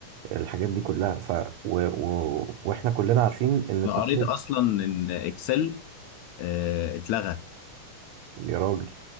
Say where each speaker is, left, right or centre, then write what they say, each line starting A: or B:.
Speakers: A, on the right; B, on the left.
A: الحاجات دي كلها ف و... و... واحنا كلنا عارفين ان التطور
B: انا قريت اصلا ان اكسل آه، اتلغى
A: يا راجل